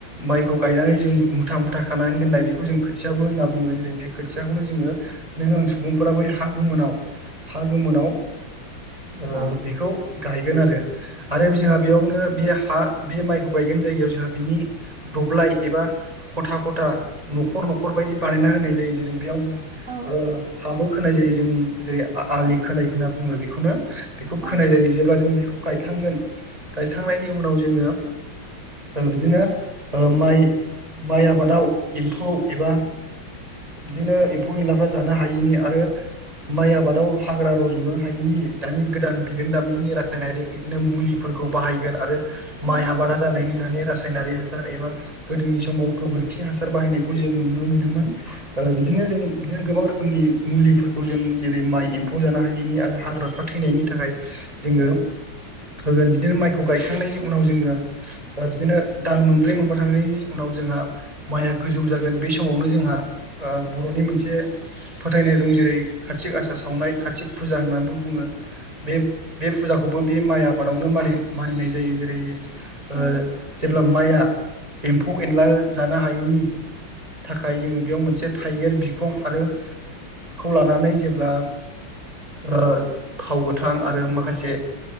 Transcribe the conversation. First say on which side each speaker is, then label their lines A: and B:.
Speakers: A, on the right; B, on the right.
A: माइखौ गायनानै जों मुथा मुथा खानानै दोननाय बेखौ जों खोथियाबो होनना बुङो जेरै बे खोथियाखौनो जोङो नों आं सुबुंफोरा बै हा गोमोनाव हा हा गोमोनाव ओ
B: औ
A: बेखौ गायगोन आरो आरो जोंहा बेयावनो बे हा बे माइखौ गायगोन जायगायाव जोंहा बिनि दब्लाय एबा खथा खथा न'खर न'खर बायदि बानायना होनाय जायो जेरै बेयाव जों
B: औ
A: ओ हाबो खोनाय जायो जों जेरै आलि खोनाय होनना बुङो बेखौनो। बेखौ
B: औ
A: खोनाय जायो जेब्ला जों बेखौ गायखांगोन गायखांनायनि उनाव जोङो बिदिनो माइ माइ आबादाव एम्फौ एबा बिदिनो एम्फौ एनलाफ्रा जानो हायैनि आरो माइ आबादाव हाग्रा रज'नो हायिनि दानि गोदान बिरोंदामिनि रासायनारि बिदिनो मुलिफोरखौ बाहायगोन आरो माइ
B: औ
A: आबादा जानायनि दानि रासायनारि हासार एबा गोदोनि समाव गोबोरखि हासार बाहायनायखौ जों नुनो मोनोमोन ओ बिदिनो बिदिनो जों बिदिनो गोबां रोखोमनि मुलिफोरखौ जों जेरै माइ एम्फौ जानो हायैनि आरो हाग्राफ्रा थै थैनायनि थाखाय जोङो होगोन बिदिनो माइखौ गायखांनायनि उनाव जोङो बिदिनो दान मोनब्रै मोनबा थानायनि उनाव जोंहा माइया गोजौ जागोन बे समावनो जोंहा ओ बर'नि मोनसे फोथायनाय दं जेरै काति गासा सावनाय काति फुजा होननानैबो बुङो। बे बे फुजाखौबो बे माइ आबादावनो मानि मानिनाय जायो जेरै ओ
B: उम
A: जेब्ला माइआ एम्फौ एनला जानो हायैनि थाखाय जोङो बेयाव मोनसे थाइगिर बिखं आरो खौ लानानै जेब्ला ओ थाव गोथां आरो माखासे